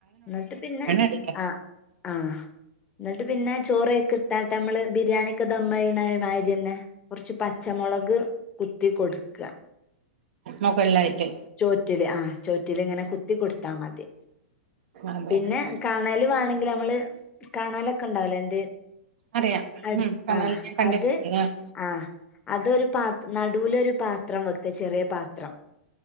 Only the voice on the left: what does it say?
എന്നിട്ട് പിന്നെ
ആ ആഹ എന്നിട്ട് പിന്നെ ചോറൊക്കെ ഇട്ടാട്ട് നമ്മള് ബിരിയാണി ഒക്കെ ദ മ്മമായി ണ മാരി തന്നെ കുറച്ച് പച്ചമുളക് കുത്തി കൊടുക്ക
ചോറ്റില് ആ ചോറ്റില് ഇങ്ങനെ കുത്തി കൊടുക്ക കൊടുത്താ മതി
പിന്നെ കാണല് വേണെങ്കിൽ നമ്മള് കണലൊക്കെ ഉണ്ടാവലേ എന്ത്
അടു
ആ
അത്
ആ അതൊരു പാത്ര നടുവില ഒരു പാത്രം വെക്കും ചെറിയ ചത്രം